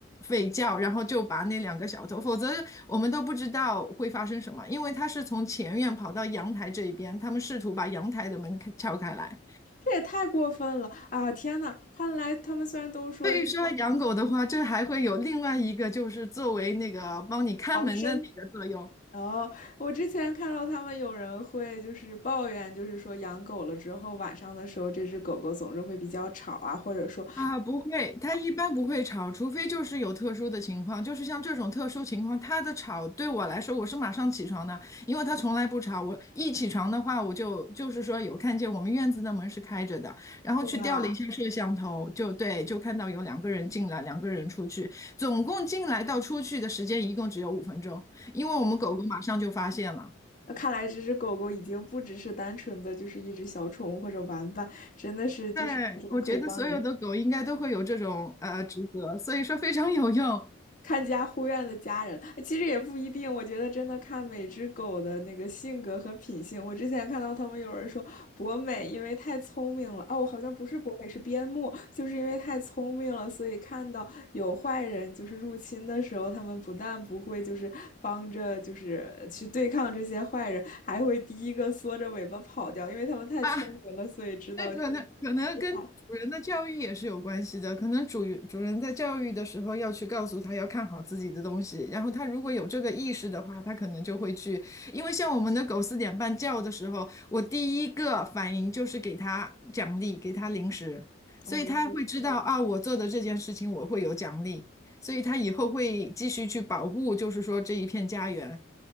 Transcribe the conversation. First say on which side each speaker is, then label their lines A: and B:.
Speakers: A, on the left; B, on the left.
A: 吠叫，然后就把那两个小偷，否则我们都不知道会发生什么，因为它是从前院跑到阳台这一边，他们试图把阳台的门开撬开来。
B: 这也太过分了啊！天呐，看来他们虽然都说就是
A: 所以说养狗的话，这还会有另外一个，就是作为那个帮你看门的那个作用
B: 防身，哦，我之前看到他们有人会就是抱怨，就是说养狗了之后晚上的时候，这只狗狗总是会比较吵啊，或者说，
A: 啊，不会，它一般不会吵，除非就是有特殊的情况，就是像这种特殊情况，它的吵对我来说，我是马上起床的，因为它从来不吵。我一起床的话，我就就是说有看见我们院子的门是开着的，然后去调了一下摄像头，
B: 哇。
A: 就对，就看到有两个人进来，两个人出去，总共进来到出去的时间一共只有五分钟，因为我们狗狗马上就发现了。
B: 那看来这只狗狗已经不只是单纯的就是一只小宠物或者玩伴，真的是就是那种可以帮你
A: 对，我觉得所有的狗应该都会有这种呃职责，所以说非常有用
B: 看家护院的家人，其实也不一定。我觉得真的看每只狗的那个性格和品性。我之前看到他们有人说博美因为太聪明了，哦，好像不是博美，是边牧，就是因为太聪明了，所以看到有坏人就是入侵的时候，他们不但不会就是帮着就是去对抗这些坏人，还会第一个缩着尾巴跑掉，因为他们太聪明了，
A: 啊。
B: 所以知道去
A: 那可能可能跟主人的教育也是有关系的，
B: 害。
A: 可能主主人在教育的时候要去告诉他要看好自己的东西，然后他如果有这个意识的话，他可能就会去。因为像我们的狗四点半叫的时候，我第一个反应就是给它奖励，给它零食，所以它会知道啊，
B: 哦。
A: 我做的这件事情我会有奖励。所以它以后会继续去保护，就是说这一片家园。